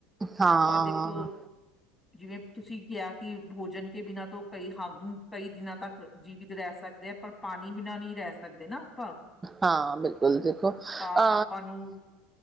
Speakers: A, on the right (about 15°); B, on the left (about 20°).
A: ਹਾਂ
B: ਆਪਾਂ ਦੇਖੋ ਜਿਵੇਂ ਤੁਸੀਂ ਕਿਆ ਕਿ ਭੋਜਨ ਕੇ ਬਿਨਾਂ ਤੋਂ ਕਈ ਹਮ ਕਈ ਦਿਨਾਂ ਤੱਕ ਜੀਵਿਤ ਰੈ ਸਕਦੇ ਆ ਪਰ ਪਾਣੀ ਬਿਨਾਂ ਨਈ ਰੈ ਸਕਦੇ ਨਾ ਆਪਾਂ
A: ਹਾਂ ਬਿਲਕੁਲ ਦੇਖੋ
B: ਤਾਂ
A: ਅ
B: ਆਪਾਂ ਨੂੰ